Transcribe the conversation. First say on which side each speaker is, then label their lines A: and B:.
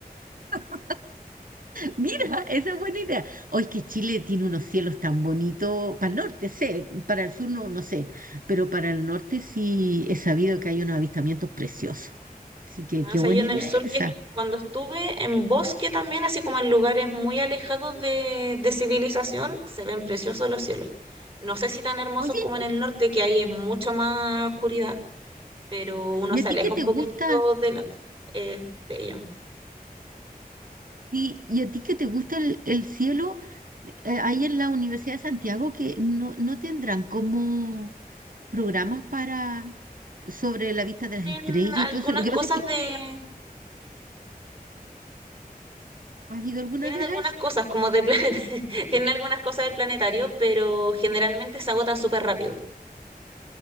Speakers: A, on the right; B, on the right.
A: <laughs> Mira, esa es buena idea. Hoy que Chile tiene unos cielos tan bonitos, para el norte sé, para el sur no, no sé, pero para el norte sí he sabido que hay unos avistamientos preciosos. Así que
B: No,
A: qué
B: O sea,
A: buena
B: yo en
A: idea
B: el sur,
A: esa.
B: que cuando estuve en bosque también, así como en lugares muy alejados de, de civilización, se ven preciosos los cielos. No sé si tan hermosos
A: Oye,
B: como en el norte, que ahí es mucho más oscuridad pero uno
A: ¿y
B: se
A: a ti
B: aleja
A: qué te
B: un poquitito
A: gusta?
B: de las eh, de ellos.
A: ¿Y, y a ti qué te gusta el, el cielo? Eh, Ahí en la Universidad de Santiago que no, no tendrán como programas para sobre la vista de
B: Tienen
A: las estrellas
B: algunas
A: y todo eso. Lo que
B: cosas
A: pasa es que,
B: de,
A: ¿has ido alguna
B: tienen
A: vez
B: algunas
A: a eso?
B: cosas como de planeta, <laughs> tienen algunas cosas del planetario, pero generalmente se agotan súper rápido.